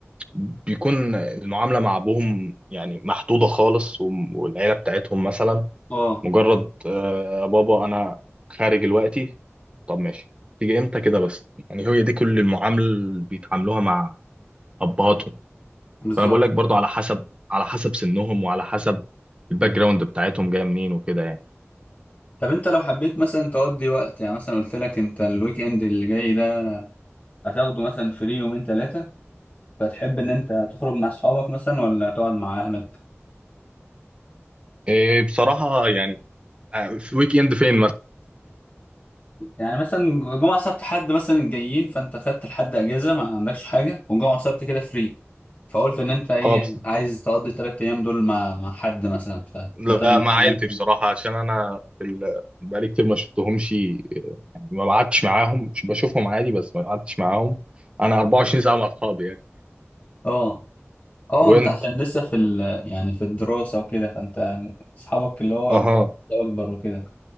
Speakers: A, on the right; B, on the left.
A: بيكون المعاملة مع أبوهم يعني محدودة خالص وم- والعيلة بتاعتهم مثلا
B: اه
A: مجرد آه، يا بابا انا خارج دلوقتي طب ماشي تيجي امتى كده بس يعني هي دي كل المعامله اللي بيتعاملوها مع ابهاتهم
B: بالظبط
A: فانا بقول لك برضو على حسب على حسب سنهم وعلى حسب الباك جراوند بتاعتهم جايه منين وكده يعني
B: طب انت لو حبيت مثلا تقضي وقت يعني مثلا قلت لك انت الويك اند اللي جاي ده هتاخده مثلا فري يومين ثلاثة فتحب إن أنت تخرج مع أصحابك مثلا ولا تقعد مع أهلك؟
A: إيه بصراحه يعني آه، في ويك اند فين مثلا
B: يعني مثلا جمعة سبت حد مثلا جايين فأنت خدت لحد أجازة ما عندكش حاجة وجمعة سبت كده فري فقلت إن أنت إيه
A: اه بس
B: عايز تقضي التلات أيام دول مع مع حد مثلا فبدل
A: لا
B: القعدة
A: مع عيلتي بصراحه عشان انا في ال... بقالي كتير ما شفتهمش يعني ما قعدتش معاهم مش بشوفهم عادي بس ما قعدتش معاهم انا 24 ساعه مع اصحابي يعني
B: أه أه
A: وانت
B: أنت عشان لسه في ال يعني في الدراسة وكده فأنت أصحابك اللي هو
A: اها
B: أكبر وكده